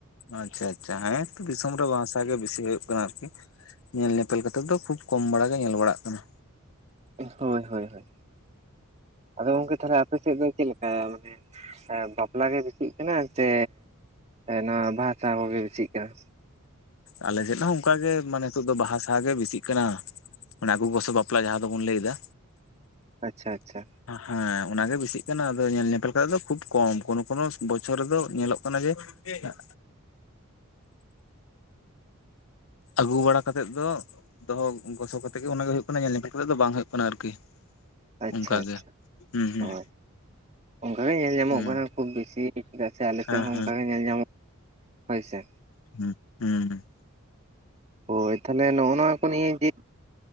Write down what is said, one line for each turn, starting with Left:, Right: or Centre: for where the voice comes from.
Left: ᱟᱪᱪᱷᱟ ᱟᱪᱷᱟ ᱦᱮᱸ‌ᱛᱚ ᱵᱤᱥ ᱫᱤᱥᱚᱢ ᱨᱮ ᱵᱟᱷᱟᱥᱟᱣᱦᱟ ᱜᱮ ᱵᱮᱥᱤ ᱦᱩᱭᱩᱜ ᱠᱟᱱᱟ ᱟᱨᱠᱤ᱾ᱧᱮᱞ ᱧᱮᱯᱮᱞ ᱠᱟᱛᱮᱜ ᱫᱚ ᱠᱷᱩᱵ ᱠᱚᱢ ᱵᱟᱲᱟ ᱜᱮ ᱧᱮᱞ ᱵᱟᱲᱟᱜ ᱠᱟᱱᱟ᱾
Right: ᱦᱳᱭ ᱦᱳᱭ ᱦᱳᱭ ᱟᱫᱚ ᱜᱚᱝᱠᱮ ᱛᱟᱦᱚᱞᱮ ᱟᱯᱮ ᱥᱮᱫ ᱫᱚ ᱪᱮᱫ ᱞᱮᱠᱟ ᱢᱟᱱᱮ? ᱮᱸ ᱵᱟᱯᱞᱟ ᱜᱮ ᱵᱮᱥᱤᱜ ᱠᱟᱱᱟ? ᱥᱮ ᱱᱚᱣᱟ ᱵᱟᱦᱟ ᱥᱟᱣᱦᱟ ᱠᱚᱜᱮ ᱵᱮᱥᱤᱜ ᱠᱟᱱᱟ?
Left: ᱟᱞᱮ ᱥᱮᱫ ᱦᱚᱸ ᱚᱱᱠᱟᱜᱮ ᱢᱟᱱᱮ ᱱᱤᱛᱚᱜ ᱫᱚ ᱵᱟᱦᱟ ᱥᱟᱣᱦᱟ ᱜᱮ ᱵᱮᱥᱤᱜ ᱠᱟᱱᱟ᱾ ᱢᱟᱱᱮ ᱟᱹᱜᱩ ᱜᱚᱥᱚ ᱵᱟᱯᱞᱟ ᱡᱟᱦᱟᱸ ᱫᱚᱵᱚᱱ ᱞᱟᱹᱭ ᱫᱟ᱾
Right: ᱟᱪᱪᱷᱟ ᱟᱪᱪᱷᱟ
Left: ᱦᱮᱸ ᱚᱱᱟ ᱜᱮ ᱵᱮᱥᱤᱜ ᱠᱟᱱᱟ ᱟᱫᱚ ᱧᱮᱞ ᱧᱮᱯᱮᱞ ᱠᱟᱛᱮ ᱫᱚ ᱠᱷᱩᱵ ᱠᱚᱢ, ᱠᱳᱱᱳ ᱠᱳᱱᱳ ᱵᱚᱪᱷᱚᱨ ᱨᱮᱫᱚ ᱧᱮᱞᱚᱜ ᱠᱟᱱᱟ ᱡᱮ <unintelligible>
Right: <inaudible>
Left: ᱟᱹᱜᱩ ᱵᱟᱲᱟ ᱠᱟᱛᱮᱫ ᱫᱚ ᱫᱚᱦᱚ ᱜᱚᱥᱚ ᱠᱟᱛᱮᱜ ᱜᱮ ᱚᱱᱟᱜᱮ ᱦᱩᱭᱩᱜ ᱠᱟᱱᱟ ᱧᱮᱞ ᱧᱯᱮᱞ ᱠᱟᱛᱮᱜ ᱫᱚ ᱵᱟᱝ ᱦᱩᱭᱩᱜ ᱠᱟᱱᱟ ᱟᱨᱠᱤ᱾
Right: ᱟᱪᱪᱷᱟ
Left: ᱚᱱᱠᱟ
Right: ᱟᱪᱪᱷᱟ
Left: ᱜᱮ ᱦᱩᱸ ᱦᱩᱸ
Right: ᱦᱳᱭ ᱚᱱᱠᱟ ᱜᱮ ᱧᱮᱞ ᱧᱟᱢᱚᱜ
Left: ᱦᱩᱸ
Right: ᱠᱟᱱᱟ ᱠᱷᱩᱵ ᱵᱤᱥᱤ ᱪᱮᱫᱟᱜ ᱥᱮ ᱟᱞᱮ ᱥᱮᱫ
Left: ᱦᱮᱸ
Right: ᱦᱚᱸ
Left: ᱦᱮᱸ
Right: ᱚᱱᱠᱟ ᱜᱮ ᱧᱮᱞ ᱧᱟᱢᱚᱜᱼᱟ ᱠᱟᱱᱟ ᱦᱳᱭ ᱥᱮ᱾
Left: <unintelligible> ᱦᱩᱸᱻ
Right: ᱦᱳᱭ ᱛᱟᱦᱚᱞᱮ ᱱᱚᱜᱼᱚ ᱱᱚᱣᱟ ᱠᱚ ᱱᱤᱭ ᱡᱮ